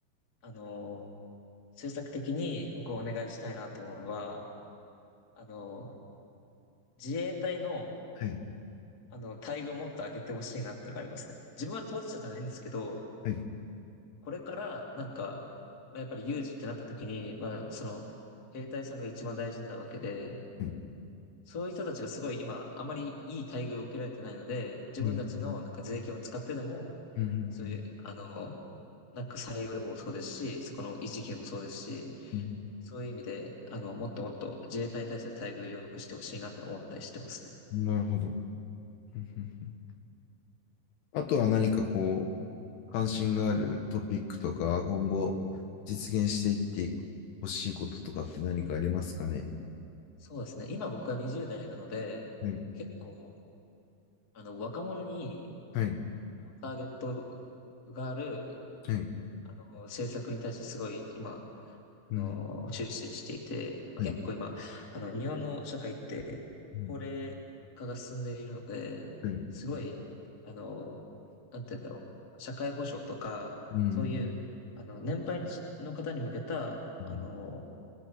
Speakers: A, on the left; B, on the left.
A: あの政策的に僕をお願いしたいなと思うのは、あの自衛隊の
B: はい、
A: あの、待遇をもっと上げてほしいなってのがありますね。自分は当事者じゃないんですけど、
B: はい、
A: これから、なんか、まあ、やっぱり有事ってなった時に、まあ、その、兵隊さんが一番大事なわけで、
B: はい。
A: そういう人たちがすごい今、あまりいい待遇を受けられてないので、自分たちのなんか税金を使ってでも、
B: ふんふんふんふんふんふん
A: そういう、あの、なんか採用でもそうですし、そこの維持費でもそうですし、
B: ふん
A: そういう意味で、あの、もっともっと自衛隊に対して待遇を良くしてほしいなって思ったりしてますね。
B: なるほど。ふんふんふんあとは何かこう、関心があるトピックとか、今後実現していってほしいこととかって何かありますかね。
A: そうですね。今僕は20代なので、
B: はい、
A: 結構、あの、若者に
B: はい、
A: ターゲットがある、
B: はい。
A: あの、政策に対してすごい今、あ
B: うん
A: の、注視していて、まあ、
B: はい
A: 結構今、あの、日本の社会って、
B: うん。
A: 高齢化が進んでいるので、
B: はい。
A: すごい、あの、なんて言うんだろう、社会保障とか、
B: うん。
A: そういう、あの、年配の方に向けた、
B: うん。
A: あの、